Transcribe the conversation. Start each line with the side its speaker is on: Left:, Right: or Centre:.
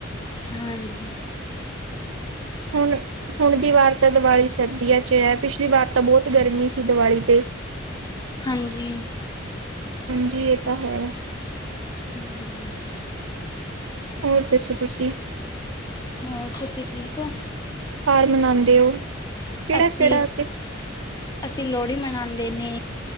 Left: ਹਾਹਾਂ ਜੀ।
Right: ਹੁਣ ਹੁਣ ਕੀ ਵਾਰ ਤਾਂ ਦੀਵਾਲੀ ਸਰਦੀਆਂ ਚ ਹੈ ਪਿਛਲੀ ਵਾਰ ਤਾਂ ਬਹੁਤਅ ਗਰਮੀ ਸੀ, ਦੀਵਾਲੀ ਤੇ।
Left: ਹਾਂਜੀ।
Right: ਹਾਂਜੀ, ਇਹ ਤਾਂ ਹੈ।
Left: ਹਾਂਜੀ ਹਾਂਜੀ।
Right: ਹੋਰ ਦੱਸੋ ਤੁਸੀਂ?
Left: ਹੋਰ ਤੁਸੀਂ ਠੀਕ ਹੋ?
Right: ਮਨਾਂਦੇ ਓ, ਕਿਹੜਾ--ਕਿਹੜਾ
Left: ਅਸੀਂ ਅਸੀਂ ਲੋਹੜੀ ਮਨਾਉਂਦੇ ਨੇ